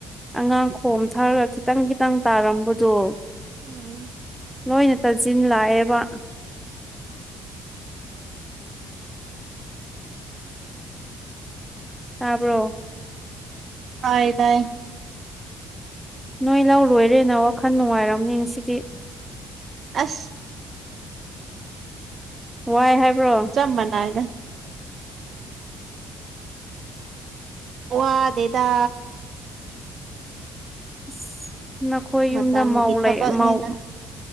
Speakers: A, in the centre; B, on the right (about 50°).
A: ꯑꯉꯥꯡ ꯈꯣꯝ ꯊꯥꯔꯒ ꯈꯤꯇꯪ ꯈꯤꯇꯪ ꯇꯥꯔꯝꯕꯗꯣ
B: ꯎꯝ
A: ꯅꯣꯏꯅ ꯇꯥꯖꯤꯟ ꯂꯥꯛꯑꯦꯕ ꯇꯥꯕ꯭ꯔꯣ
B: ꯇꯥꯏꯌꯦ ꯇꯥꯏꯌꯦ
A: ꯅꯣꯏ ꯂꯧ ꯂꯣꯏꯔꯦꯅ ꯋꯥꯈꯜ ꯅꯨꯡꯉꯥꯏꯔꯝꯅꯤ ꯉꯥꯁꯤꯗꯤ
B: ꯑꯁ
A: ꯋꯥꯏ ꯍꯥꯏꯕ꯭ꯔꯣ
B: ꯆꯞ ꯃꯥꯟꯅꯩꯗ ꯋꯥꯗꯦꯗ
A: ꯏꯁ ꯅꯈꯣꯏ
B: ꯃꯇꯝꯒꯤ
A: ꯌꯨꯝꯗ ꯃꯧ
B: ꯊꯕꯛꯅꯤꯅ
A: ꯂꯩ ꯃꯧ